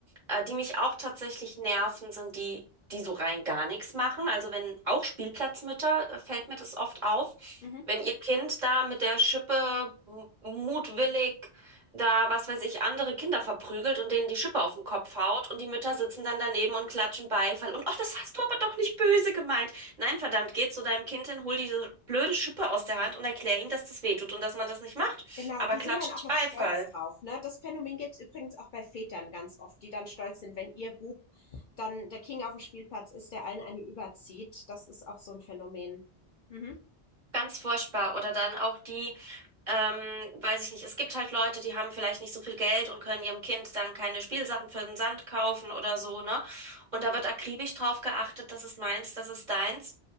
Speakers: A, on the right; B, on the left.
A: äh, die mich auch tatsächlich nerven, sind die, die so rein gar nichts machen. Also wenn auch Spielplatzmütter, äh, fällt mir das oft auf,
B: Mhm.
A: wenn ihr Kind da mit der Schippe m- mutwillig da, was weiß ich, andere Kinder verprügelt und denen die Schippe auf den Kopf haut und die Mütter sitzen dann daneben und klatschen Beifall und, oh, das hast du aber doch nicht böse gemeint. Nein, verdammt, geh zu deinem Kind hin, hol diese blöde Schippe aus der Hand und erklär ihm, dass das weh tut und dass man das nicht macht.
B: Genau,
A: Aber
B: die
A: klatsch
B: sind dann auch
A: nicht
B: noch
A: Beifall.
B: stolz drauf, ne? Das Phänomen gibt's übrigens auch bei Vätern ganz oft, die dann stolz sind, wenn ihr Bub dann der King auf dem Spielplatz ist, der allen eine überzieht. Das ist auch so ein Phänomen. Mhm.
A: Ganz furchtbar. Oder dann auch die, ähm, weiß ich nicht, es gibt halt Leute, die haben vielleicht nicht so viel Geld und können ihrem Kind dann keine Spielsachen für den Sand kaufen oder so, ne? Und da wird akribisch drauf geachtet, das ist meins, das ist deins.